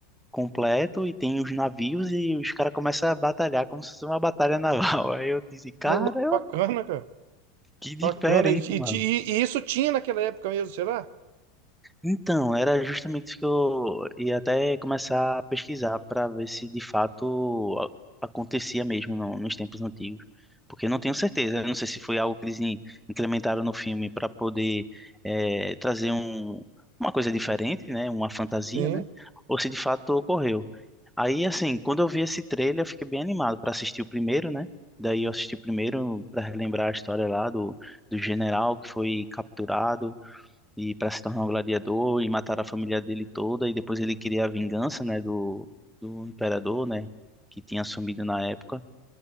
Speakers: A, in the centre; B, on the right.
A: completo e tem os navios e os caras começam a batalhar como se fosse uma batalha naval. <laughs> Aí eu disse, cara,
B: Ô, louco, bacana, cara.
A: que diferente,
B: Bacana. E, e
A: mano
B: ti- e- e isso tinha naquela época mesmo, será?
A: Então, era justamente isso que eu ia até começar a pesquisar para ver se de fato a- acontecia mesmo no- nos tempos antigos. Porque eu não tenho certeza, eu não sei se foi algo que eles in- incrementaram no filme para poder eh, trazer um, uma coisa diferente, né? Uma fantasia,
B: Sim,
A: né? Ou se de fato ocorreu. Aí, assim, quando eu vi esse trailer, eu fiquei bem animado para assistir o primeiro, né? Daí eu assisti o primeiro para relembrar a história lá do, do general que foi capturado e para se tornar um gladiador e matar a família dele toda e depois ele queria a vingança, né, do do imperador, né, que tinha assumido na época,